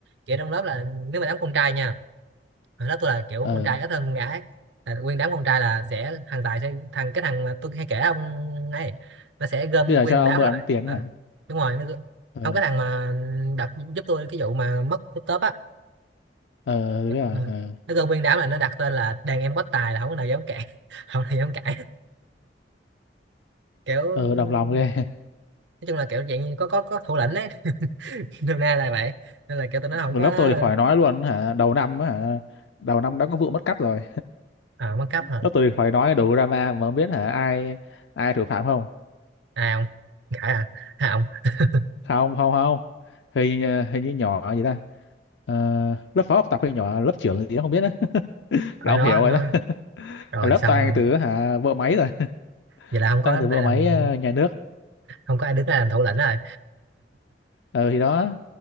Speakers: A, on the right; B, on the left.
A: kiểu trong lớp là nếu mà đám con trai nha hồi đó tôi là kiểu
B: ờ
A: con trai ít hơn con gái là nguyên đám con trai là sẽ thằng Tài sẽ thằng cái thằng mà tôi hay kể ông ấy nó sẽ gom
B: bây giờ
A: nguyên
B: cho
A: một
B: ông
A: đám
B: mượn
A: lại
B: tiền
A: Ờ,
B: hả
A: đúng rồi nó gom-
B: ờ
A: không cái thằng mà đặt giúp tôi cái vụ mà mất của tớp á
B: ờ tôi
A: Dạ,
B: biết rồi
A: Ờ,
B: ờ
A: nó gom nguyên đám là nó đặt tên là đàn em bất tài là không có nào dám cãi <laughs> không có nào dám cãi kiểu
B: ờ
A: nói
B: đồng lòng ghê <laughs>
A: chung là kiểu dạng như có có có thủ lĩnh đấy <laughs> nôm na là vậy nên là kiểu tụi nó không
B: Mà
A: có
B: lớp tôi thì khỏi nói luôn hả đầu năm á hả đầu năm đã có vụ mất cắp rồi
A: ờ mất cấp hả
B: lớp tôi thì khỏi nói đủ drama mà không biết hả ai ai thủ phạm không
A: ai không cãi à ai không <laughs>
B: không không không hình ờ, hình như nhỏ gì ta Ờ, lớp phó học tập hay nhỏ lớp trưởng gì đó không biết á <laughs>
A: ở
B: là ông
A: đó
B: hiểu
A: nó
B: rồi đó
A: rồi
B: lớp
A: xong
B: toàn
A: luôn
B: từ hả vợ máy rồi <laughs>
A: vậy là không có
B: toàn từ vợ
A: ai làm
B: máy ờ, nhà nước
A: không có ai đứng ra làm thủ lĩnh rồi
B: ờ thì đó